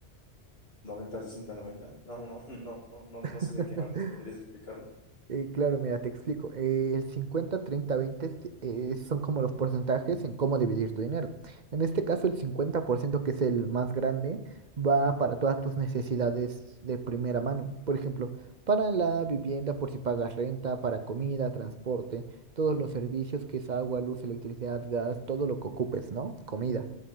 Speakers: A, on the left; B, on the right.
A: noventa sesenta noventa No, no, <laughs> no, no, no, no
B: <laughs>
A: sé de qué hablas. ¿Podrías explicarme?
B: Eh, claro, mira, te explico. Eh, el 50, 30, 20, es- eh, son como los porcentajes en cómo dividir tu dinero. En este caso, el 50% que es el más grande, va para todas tus necesidades de primera mano. Por ejemplo, para la vivienda, por si pagas renta, para comida, transporte, todos los servicios que es agua, luz, electricidad, gas, todo lo que ocupes, ¿no? Comida.